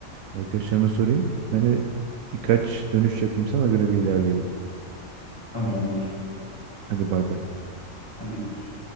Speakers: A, on the right; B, on the left.
A: arkadaşlarıma sorayım. Ben de birkaç dönüş yapayım sana göre bir ilerleyelim.
B: Tamam olur.
A: Hadi bay bay.
B: Hadi görüş.